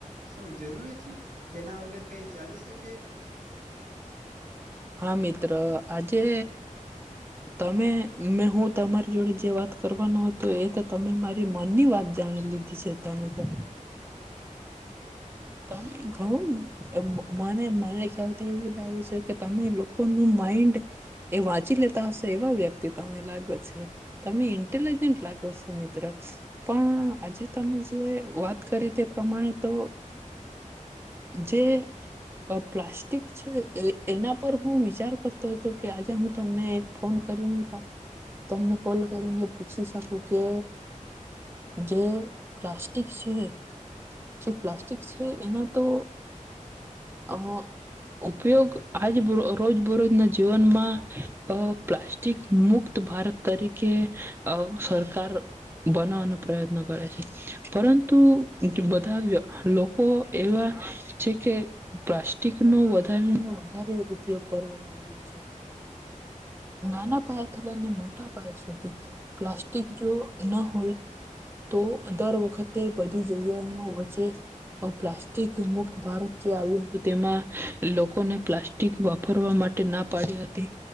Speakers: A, on the right; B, on the right.
A: શું જરૂરી છે તેના વગ ચાલી શકે.
B: હા મિત્ર આજે તમે મેં હું તમારી જોડે જે વાત કરવાનો હતોું એ તો તમે મારી મનની વાત જાણી લીધી છે તમે તો
A: હમ,
B: ત ઘણું મને મને ખ્યાલથી એવું લાગ્યું છે. તમે લોકોનું માઈન્ડ એ વાંચી લેતા હશો એવા વ્યક્તિ તમે લાગો છો તમે ઇન્ટેલિજન્ટ લાગો છો મિત્ર પણ આજે તમે જે વાત કરી તે પ્રમાણે તો જે પ્લાસ્ટિક છે એ એના પર હું વિચાર કરતો હતો કે આજે હું તમને ફોન કરીને હતો તમને કોલ કરીને પૂછી શકું કે જે પ્લાસ્ટિક છે જે પ્લાસ્ટિક છે એના તો અ ઉપયોગ આજ રોજ બરોજના જીવનમાં અ પ્લાસ્ટિક મુક્ત ભારત તરીકે સરકાર બનાવાનો પ્રયત્ન કરે છે પરંતુ બધા લોકો એવા છે કે પ્લાસ્ટિક ન વધારા ઉપયોગ કરવા માંડ છે નાના પાયાથી લઈને મોટા પાયા સુધી પ્લાસ્ટિક જો ના હોય તો દર વખતે બધી જગ્યાઓમાં વચ્ચે પ્લાસ્ટિક મુક્ત ભારત જે આવ્યું હતું તેમાં લોકોને પ્લાસ્ટિક વાપરવા માટે ના પાડી હતી